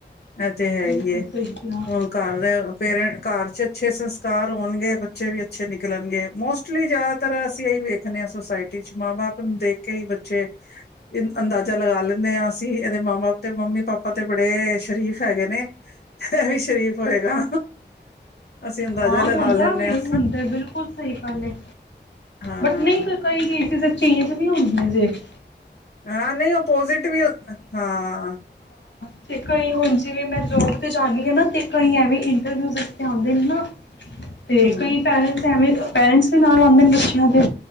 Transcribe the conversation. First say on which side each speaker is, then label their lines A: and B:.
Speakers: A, on the left; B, on the left.
A: ਇਹ ਤੇ ਹੈ
B: ਬਿਲਕੁਲ
A: ਹੀ।
B: ਸਹੀ ਕਿਹਾ
A: ਹੁਣ ਘਰ ਦੇ ਪੇਰਂ, ਘਰ ਚ ਅੱਛੇ ਸੰਸਕਾਰ ਹੋਣਗੇ ਬੱਚੇ ਵੀ ਅੱਛੇ ਨਿਕਲਣਗੇ ਮੋਸਟਲੀ ਜਾ ਜ਼ਿਆਦਾਤਰ ਅਸੀਂ ਇਹੀ ਵੇਖਣੇ ਹਾਂ ਸੋਸਾਇਟੀ ਚ ਮਾਂ ਬਾਪ ਨੂੰ ਦੇਖ ਕੇ ਹੀ ਬੱਚੇ, ਅੰਦਾਜ਼ਾ ਲਗਾ ਲੈਂਦੇ ਹਾਂ ਅਸੀਂ ਇਹਦੇ ਮਾਂ ਬਾਪ ਤੇ ਮੰਮੀ ਪਾਪਾ ਤੇ ਬੜੇ, ਸ਼ਰੀਫ਼ ਹੈਗੇ ਨੇ ਏਹ ਵੀ ਸ਼ਰੀਫ ਹੋਏਗਾ ਅਸੀਂ ਅੰਦਾਜ਼ਾ
B: ਹਾਂ
A: ਲਗਾ
B: ਹੁੰਦਾ
A: ਲੈਂਦੇ
B: ਵੇ
A: ਹਾਂ
B: ਹੁੰਦਾ, ਬਿਲਕੁਲ ਸਹੀ ਗੱਲ ਹੈ
A: ਹਾਂ
B: ਬਟ ਨਹੀਂ ਫਿਰ <inaudible> ਹੀ ਗਈ ਚੀਜ਼ ਵੀ ਹੁੰਦੀ ਦੇਖ
A: ਹਾਂ, ਨਹੀਂ ਓਪੋਜਿਟ ਵੀ ਹਾਂ,
B: ਅਤੇ ਕਈ ਹੁਣ ਜਿਵੇਂ ਮੈਂ ਜੋਬ 'ਤੇ ਜਾਂਦੀ ਹਾਂ ਨਾ ਅਤੇ ਕਈ ਐਵੇਂ ਇੰਟਰਵਿਊ ਤੇ ਆਉਂਦੇ ਨੇ ਨਾ, ਤੇ
A: ਹਮ
B: ਕਈ ਪੈਰੈਂਟਸ ਐਵੇਂ, ਪੇਰੈਂਟਸ ਵੀ ਨਾਲ ਆਉਂਦੇ ਨੇ ਬੱਚਿਆਂ ਦੇ